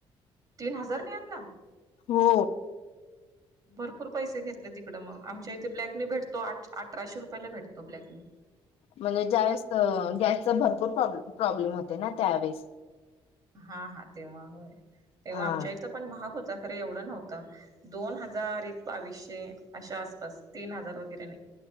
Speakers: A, on the right; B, on the left.
A: तीन हजार नाही आणला
B: हो
A: भरपूर पैसे घेतले तिकडें मग आमच्या इथे ब्लॅकने भेटतो अठराशे रुपयाला भेटतो ब्लॅकने
B: म्हणजे ज्यावेेळेस गॅसचा भरपूरॉ् प्रॉब्लेम होते ना त्यावेळेस
A: हा हा तेव्हा होय तेव्हा
B: हा
A: आमच्या इथं पण महाग होता खरं एवढं नव्हतं दोन हजार एक बावीसशे अशा आसपास तीन हजार वगैरे नाही